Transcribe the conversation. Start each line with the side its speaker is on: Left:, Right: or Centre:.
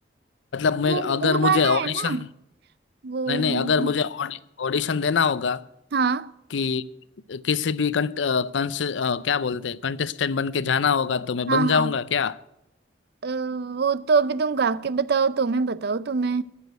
Left: मतलब मैं
Right: वो
Left: अगर
Right: वो
Left: मुझे
Right: गाना
Left: ऑडिशन
Right: है ना वो
Left: नहीं नहीं
Right: हम्म,
Left: अगर मुझे ऑडिशन देना होगा
Right: हाँ
Left: कि किसी भी कंट, अ, कंस, अ, क्या बोलते हैं कंटेस्टेंट बन के जाना होगा तो मैं
Right: हाँ
Left: बन जाऊंगा
Right: हाँ
Left: क्या
Right: अ, वो तो अभी तुम गा के बताओ तुम्हें बताओ तुम्हें